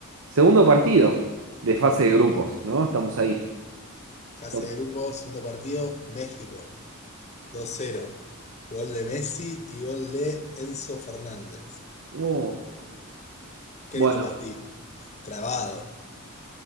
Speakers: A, on the right; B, on the left.
A: segundo partido de fase de grupos, ¿no? Estamos ahí.
B: Fase
A: Estamos-
B: de grupo, segundo partido, México. dos cero. Gol de Messi y gol de Enzo Fernández.
A: Oh.
B: Qué
A: Bueno,
B: lindo partido. Trabado.